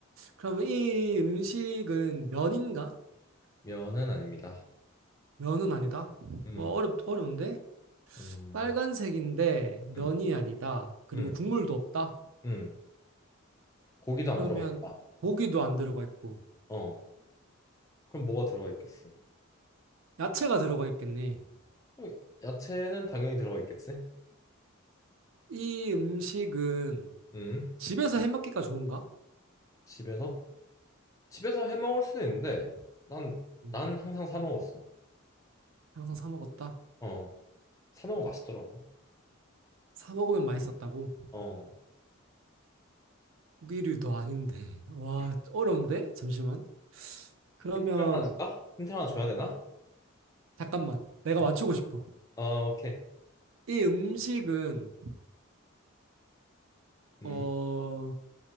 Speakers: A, on the right; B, on the left.
A: 그러면 이 음식은 면인가?
B: 면은 아닙니다.
A: 면은 아니다.
B: 음,
A: 와, 어렵, 어려운데?
B: 음,
A: 빨간색인데 면이
B: 음,
A: 아니다. 그리고
B: 음,
A: 국물도 없다.
B: 음. 고기도
A: 그러면
B: 안 들어가 있다.
A: 고기도 안 들어가 있고
B: 어, 그럼 뭐가 들어가 있겠어?
A: 야채가 들어가 있겠네.
B: 그럼 야채는 당연히 들어가 있겠지?
A: 이 음식은
B: 음,
A: 집에서 해먹기가 좋은가?
B: 집에서? 집에서 해 먹을 수도 있는데 난, 난
A: 음,
B: 항상 사 먹었어.
A: 항상 사 먹었다.
B: 어, 사 먹으면 맛있더라고.
A: 사 먹으면 맛있었다고.
B: 어,
A: 고기류도 아닌데. 와,
B: 음.
A: 어려운데? 잠시만. 그러면
B: 힌트를 하나 줄까? 힌트를 하나 줘야 되나?
A: 잠깐만. 내가
B: 어,
A: 맞추고 싶어.
B: 어, 오케이.
A: 이 음식은,
B: 음.
A: 어,